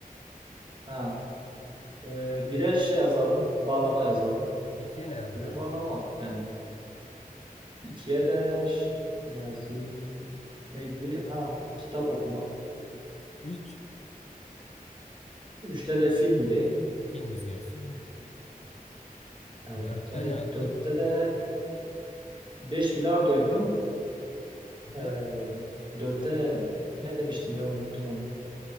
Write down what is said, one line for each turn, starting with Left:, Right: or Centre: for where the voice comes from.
Right: Ha, e, bire şey yazalım. Bağlama yazalım.
Left: İkiye ne yazdın?
Right: Bire bağlama. Yani ikiye de ş- ne yazayım? Neydi? Ha, kitap okuma.
Left: Üç
Right: Üçte de filmdi.
Left: film izliyorsun yani. Dörtte
Right: Evet. Yani
Left: ne yazdın?
Right: dörtte de beş bilardoydu.
Left: Dört
Right: Ee, dörtte ne demiştim ya unuttum onu.